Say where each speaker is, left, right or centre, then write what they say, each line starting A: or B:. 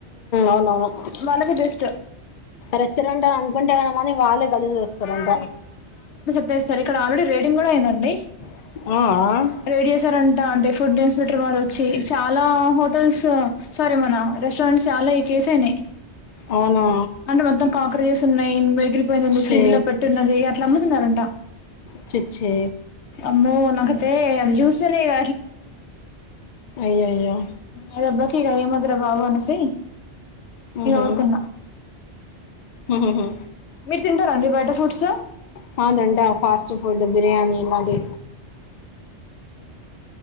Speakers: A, on the left; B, on the left.
A: అవునవును.
B: వాళ్ళకి బెస్ట్
A: రెస్టారెంట్ అని అనుకుంటే కనమని వాళ్ళే గలీస్ చేస్తరు వంట.
B: అదే సార్ ఇక్కడ ఆలెడీ రేడింగ్ కూడా అయిందండి.
A: అవునా
B: రైడ్ చేశారంట అంటే ఫుడ్ ఇన్స్ పెక్టర్ వాళ్ళొచ్చి చాలా హోటల్స్ సారీ మన రెస్టారెంట్స్ చాలా ఈ కేసయినయి.
A: అవునా
B: అంటే మొత్తం కాక్రేజెస్ ఉన్నయి, మిగిలిపోయింది ఉంది
A: ఛీ
B: ఫ్రిడ్జ్ లో పెట్టి ఉన్నది అట్లా అమ్ముతున్నరంట.
A: చి చ్ఛీ.
B: అమ్మో నాకైతే అది జ్యూస్తనే ఇగ
A: అయ్యోయ్యో
B: ఇగ దెబ్బకి ఇగ ఏమద్దురా బాబు అనేసి
A: ఊహూ
B: ఇగ ఊరుకున్నా.
A: ఊహూహూ
B: మీరు తింటారా అండి బయట ఫుడ్స్
A: హాద్రంట ఫాస్ట్ ఫుడ్, బిర్యానీ ఇలాగే